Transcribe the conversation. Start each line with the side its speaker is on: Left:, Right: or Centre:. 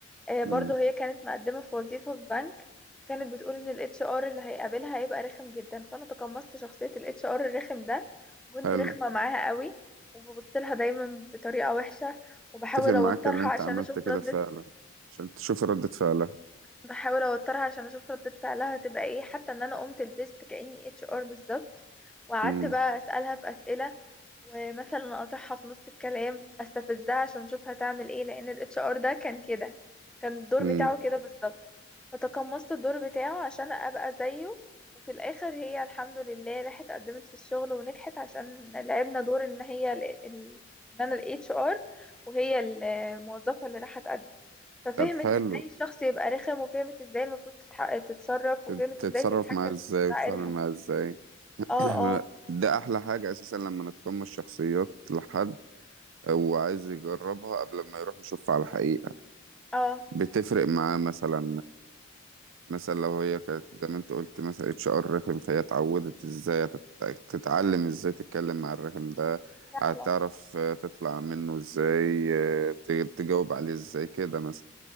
Centre: آه، برضو
Right: امم
Centre: هي كانت مقدمة في وظيفة في بنك كانت بتقول ان الاتش ار اللي هيقابلها هيبقى رخم جدا فانا تقمصت شخصية الاتش ار الرخم ده وكنت
Right: حلو
Centre: رخمة معاها قوي وببص لها دايما بطريقة وحشة وبحاول
Right: اتفق معاك
Centre: اوترها
Right: ان انت
Centre: عشان
Right: عملت
Centre: اشوف
Right: كده
Centre: ردة
Right: فعلا عشان تشوف ردة فعلها
Centre: بحاول اوترها عشان اشوف ردة فعلها هتبقى ايه حتى ان انا قمت لبست كأني اتش ار بالظبط وقعدت
Right: امم
Centre: بقى اسألها في اسئلة ومثلا اقاطعها في نص الكلام استفزها عشان اشوف هتعمل ايه لان الاتش ار ده كان كده كان الدور
Right: امم
Centre: بتاعه كده بالظبط فتقمصت الدور بتاعه عشان ابقى زيه وفي الاخر هي الحمد لله راحت قدمت في الشغل ونجحت عشان لعبنا دور ان هي ال... ال- ان انا الاتش ار وهي الموظفة اللي راحت تقدم ففهمت
Right: طب حلو
Centre: ازاي الشخص يبقى رخم وفهمت ازاي المفروض تتح... تتصرف وفهمت
Right: تت- تتصرف
Centre: ازاي تتحكم
Right: معاه ازاي
Centre: في مشاعرها
Right: وتتعامل معاه ازاي
Centre: اه
Right: <clears throat>
Centre: اه
Right: ما- ده احلى حاجة اساسا لما نتقمص شخصيات لحد او عايز يجربها قبل ما يروح يشوفها على الحقيقة
Centre: اه
Right: بتفرق معاه مثلا مثلا لو هي كانت زي ما انت قلت مثلا اتش ار رخم فهي اتعودت ازاي هتت- تتعلم ازاي تتكلم مع الرخم ده
Centre: فعلا
Right: هتعرف آه، تطلع منه ازاي آه، ت- تجاوب عليه ازاي كده مثلا